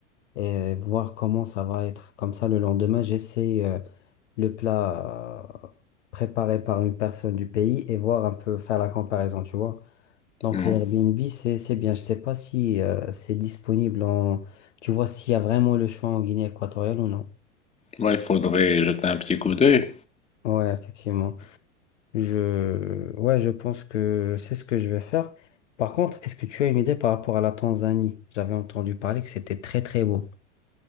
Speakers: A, on the left; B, on the left.
A: et voir comment ça va être. Comme ça, le lendemain, j'essaie euh, le plat euh, préparé par une personne du pays et voir un peu faire la comparaison, tu vois. Donc,
B: Mhm.
A: les Airbnb, c'est, c'est bien. Je sais pas si euh, c'est disponible en... Tu vois, s'il y a vraiment le choix en Guinée équatoriale ou non.
B: Moi, il faudrait jeter un petit coup d'œil.
A: Ouais, effectivement. Je... Ouais, je pense que c'est ce que je vais faire. Par contre, est-ce que tu as une idée par rapport à la Tanzanie? J'avais entendu parler que c'était très très beau.